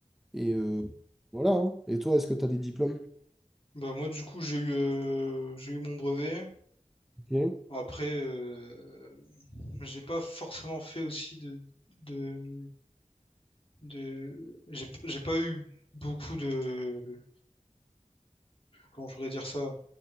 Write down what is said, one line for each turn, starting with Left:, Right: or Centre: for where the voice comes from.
Centre: Et
Left: Mhm.
Centre: euh, voilà. hein. Et toi, est-ce que tu as des diplômes?
Left: Bah moi, du coup, j'ai eu, euh, j'ai eu mon brevet.
Centre: Ok.
Left: Après, euh, j'ai pas forcément fait aussi de, de, de... J'ai, j'ai pas eu beaucoup de... Comment je pourrais dire ça?